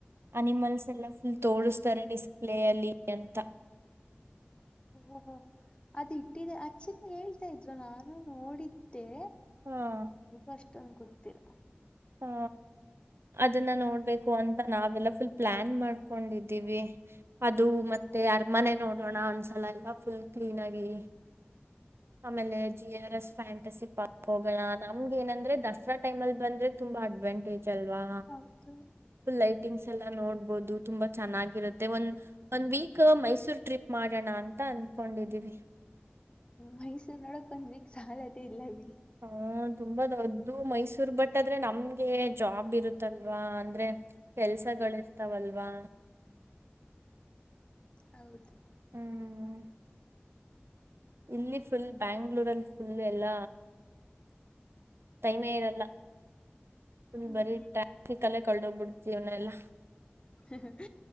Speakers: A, on the right (about 75°); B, on the left (about 25°).
A: ಅನಿಮಲ್ಸ್ ಎಲ್ಲ ಫುಲ್ ತೋಸ್ತಾರೆ ಡಿಸ್ಪ್ಲೇ ಅಲ್ಲಿ ಅಂತ.
B: ಓಹೋ ಅದು ಇಟ್ಟಿದೆ ಆಕ್ಚುಲಿ ಹೇಳ್ತಾ ಇದ್ರು ನಾನು ನೋಡಿದ್ದೆ.
A: ಹಾ
B: ಈಗ ಅಷ್ಟೊಂದು ಗೊತ್ತಿಲ್ಲ
A: ಹ್ಮ ಅದನ್ನ ನೋಡ್ಬೇಕು ಅಂತ ನಾವೆಲ್ಲ ಫುಲ್ ಪ್ಲಾನ್ ಮಾಡ್ಕೊಂಡಿದ್ದೀವಿ ಅದು ಮತ್ತೆ ಅರಮನೆ ನೋಡೋಣ ಒಂದ್ಸಲ ಎಲ್ಲ ಫುಲ್ ಕ್ಲೀನ್ ಆಗಿ ಆಮೇಲೆ G R S fantasy park ಹೋಗೋಣ ನಮ್ಗೆ ಏನಂದ್ರೆ ದಸರಾ ಟೈಮ್ ಅಲ್ ಬಂದ್ರೆ ತುಂಬಾ ಅಡ್ವಾಂಟೇಜ್ ಅಲ್ವಾ
B: ಹೌದು
A: ಫುಲ್ ಲೈಟಿಂಗ್ಸ್ ಎಲ್ಲಾ ನೋಡ್ಬೋದು. ತುಂಬಾ ಚೆನ್ನಾಗಿರುತ್ತೆ ಒಂದ ಒಂದ್ ವೀಕ್ ಮೈಸೂರ್ ಟ್ರಿಪ್ ಮಾಡೋಣ ಅಂತ ಅನ್ಕೊಂಡಿದೀವಿ
B: ಮೈಸೂರು ನೋಡಕ್ ಒಂದ ವೀಕ್ ಸಾಲದೇ ಇಲ್ಲ ಬಿ
A: ಹಾ ತುಂಬಾ ದೊದ್ದು ಮೈಸೂರ್ ಬಟ್ ಆದ್ರೆ ನಮ್ಗೆ ಜಾಬ್ ಇರುತ್ತಲ್ವಾ ಅಂದ್ರೆ ಕೆಲ್ಸಗಳ ಇರ್ತಾವಲ್ವಾ
B: ಹೌದು
A: ಹ್ಮ್ ಇಲ್ಲಿ ಫುಲ್ ಬ್ಯಾಂಗ್ಳೂರಲ್ಲಿ ಫುಲ್ ಎಲ್ಲ ಟೈಮೇ ಇರಲ್ಲ ಫುಲ್
B: ಹ್ಮ್
A: ಬರಿ ಟ್ರಾಫಿಕ್ ಅಲ್ಲೇ ಕಳೋಗ್ಬಿಡ್ತವ್ನ ಎಲ್ಲಾ
B: ಹ